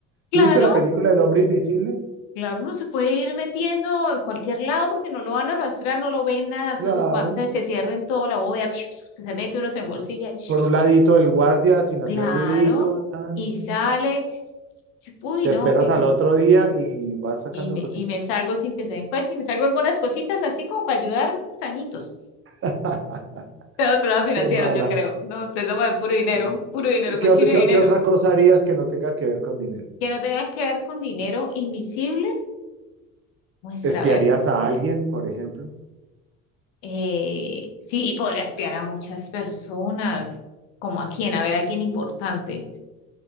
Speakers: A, on the left; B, on the right.
A: Claro,
B: ¿tuviste la película del hombre invisible?
A: claro, uno se puede ir metiendo en cualquier lado porque no lo van a arrastrar, no lo ven nada.
B: Claro.
A: Entonces, cuan- antes que cierren toda la bóveda, <laughs> <tsk> se mete uno, se embolsilla. <laughs> <tsk>
B: Por un ladito del guardia sin hacer
A: Claro,
B: ruidito, tan,
A: y
B: tan.
A: sale. <sniffs> <tsk> Uy,
B: Te
A: no,
B: esperas
A: qué.
B: al otro día y vas sacando
A: Y me,
B: cositas.
A: y me salgo sin que se den cuenta y me salgo algunas cositas así como para ayudarme unos añitos.
B: <laughs>
A: Todos problemas financieros,
B: Qué mala,
A: yo creo. No, pensamos en puro dinero,
B: qué mala.
A: puro dinero,
B: ¿Y
A: cochino
B: ¿Qué, ot- qué-
A: dinero.
B: qué otra cosa harías que no tenga que ver con dinero?
A: Que no tengas que ver con dinero invisible. Muestra,
B: ¿Espiarías
A: a ver.
B: a alguien, por ejemplo?
A: eh, sí, podría espiar a muchas personas. ¿Como a quién? A ver, a alguien importante.